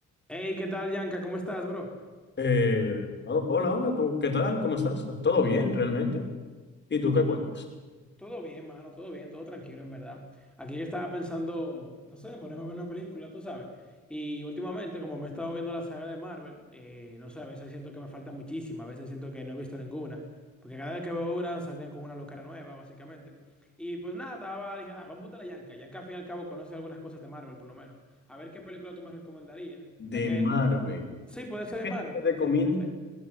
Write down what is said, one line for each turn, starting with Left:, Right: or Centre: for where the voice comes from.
Centre: Hey, ¿qué tal, Yanka? ¿Cómo estás, bro?
Left: Eh, ho- hola, hola, ¿cómo- ¿qué tal? ¿Cómo estás? ¿Todo bien, realmente? ¿Y tú
Centre: Yo
Left: qué cuentas?
Centre: to- todo bien, mano, todo bien, todo tranquilo, en verdad. Aquí yo estaba pensando, no sé, ponerme a ver una película, tú sabes. Y últimamente, como me he estado viendo la saga de Marvel, eh, no sé, a veces siento que me falta muchísima, a veces siento que no he visto ninguna. Porque cada vez que veo una, salten con una locura nueva, básicamente. Y pues nada, estaba, dije, nada, vamos a la Yanka. Yanka, al fin y al cabo, conoce algunas cosas de Marvel, por lo menos. A ver qué película tú me recomendarías.
Left: De
Centre: Ya que,
Left: Marvel.
Centre: sí, puede ser de
Left: ¿Qué
Centre: Marvel,
Left: te
Centre: no
Left: recomiendo?
Centre: tiene. Sí,